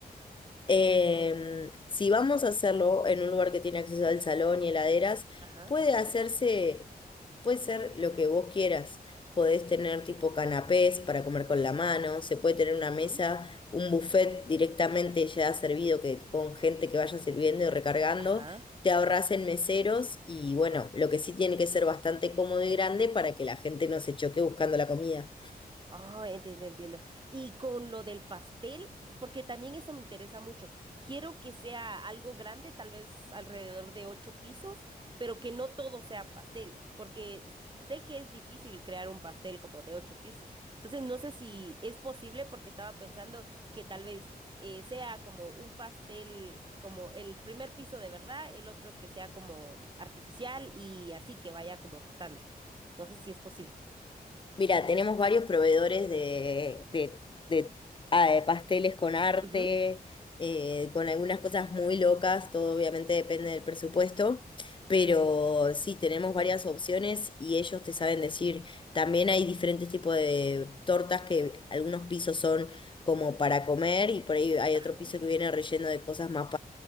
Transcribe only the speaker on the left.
Em, si vamos a hacerlo en un lugar que tiene acceso al salón y heladeras,
puede hacerse, puede ser lo que vos quieras. Podés tener tipo canapés para comer con la mano, se puede tener una mesa,
un buffet directamente ya servido que, con gente que vaya sirviendo y recargando.
Te ahorras en meseros y bueno, lo que sí tiene que ser bastante cómodo y grande para que la gente no se choque buscando la comida.
Mira, tenemos varios proveedores de, de- de, ah, de pasteles con arte,
eh, con algunas cosas muy locas, todo obviamente depende del presupuesto,
pero sí, tenemos varias opciones y ellos te saben decir, también hay diferentes tipos de tortas que algunos pisos son como para comer y por ahí hay
otro piso que viene relleno de cosas más